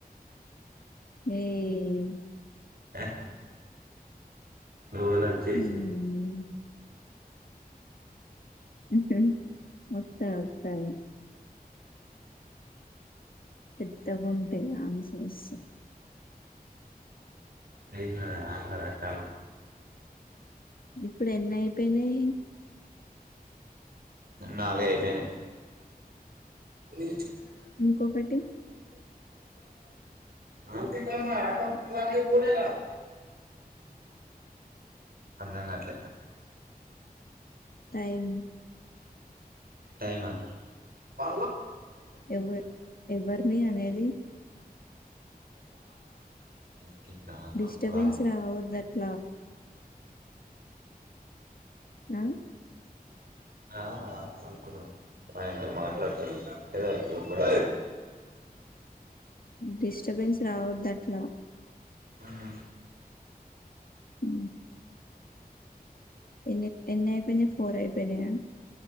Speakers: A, on the left; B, on the right.
A: ఏయ్
B: బాక్ ఇవళ వచ్చేసింది
A: హ్మ్ హా వస్త వస్తా పెద్దగ ఉంటాయి ఆన్సర్స్
B: ఏం కాదు రాస్త
A: ఇప్పుడు ఎన్నయిపోయినాయి
B: నాలుగ అయిపోయినయి మి
A: ఇంకొకటి
B: <inaudible> అ అర్ధం గాట్లె
A: టైమ్
B: టైమా <inaudible>
A: ఎవ ఎవరిని అనేది
B: <inaudible>
A: డిస్టర్బెన్స్
B: ఒక
A: రావొద్దట్లా న
B: ఆ అంకులు ఆయనతో మాట్లాడుతుండు ఏదో కూడా
A: డిస్టర్బెన్స్ రావొద్దు అట్ల
B: అహ
A: ఉ ఎన్ చెప ఎన్ అయిన ఫోర్ యిపోినయా